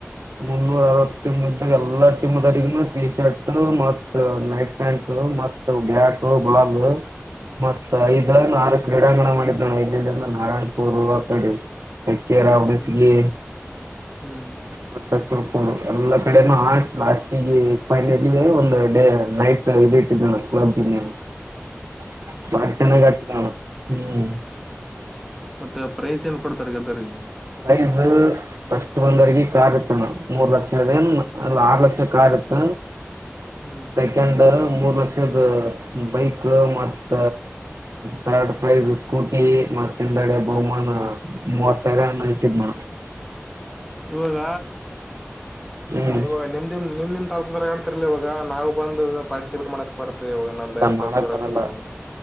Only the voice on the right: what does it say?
ಮುನ್ನೂರ ಆರವತ್ ಟೀಮ್ ಇದಾಗ ಎಲ್ಲಾ ಟೀಮ್ ದವರಿಗ ಟಿ ಶರ್ಟ್ ಮತ್ ನೈಟ್ ಪ್ಯಾಂಟ್ಸ್ ಮತ್ ಬ್ಯಾಟ್ ಹ ಬಲ <unintelligible> ಮತ್ತ
ಐದ ಆರು <unintelligible> ಕ್ರೀಡಾಂಗಣ ಮಾಡಿದ್ದಣ ಇಲ್ಲಿಲ್ಲಿಂದ ನಾರಾಯಣಪುರ್ ಕಡೆ ಅಕೆರಾ ಬೇಸಿಗೆ
ಮತ್ತಕು <unintelligible> ಎಲ್ಲ ಕಡೆನೂ ಆಸ್ ಲಾಸ್ಟಿಗೆ ಫೈನಲಿ ಒಂದು ಡೇ ನೈಟ್ ಇ ಇಟ್ಟಿದ್ದ ಕ್ಲ <unintelligible> ಹ <unintelligible> <inaudible>
ಮ <unintelligible> ಚನ್ನ ಗ ಹ್ಮ್
ಪ್ರೈಜ ಫಸ್ಟ್ ಒಂದ್ವರಿಗಿ ಕರ್ ಆಗತ್ತಣ ಮೂರ್ ಲಕ್ಷ ಅದ ಆರ್ ಲಕ್ಷ ಕರ್ ತ್ತ
<unintelligible> <unintelligible> ಮೂರು ಲಕ್ಷದ ಬೈಕ್ ಮತ್ತ ತರ್ಡ್ ಪ್ರೈಸ್ ಸ್ಕೂಟಿ ಮತ್ತಿಂದಡೆ ಬಹುಮಾನ ಮೂವತ್ ಸಾವಿರ ಆಯ್ತಿದಮ್ಮ
ಹ್ಮ್
ಇಲ್ಲ ಮಾಡಕ್
ಬರಲ್ಲ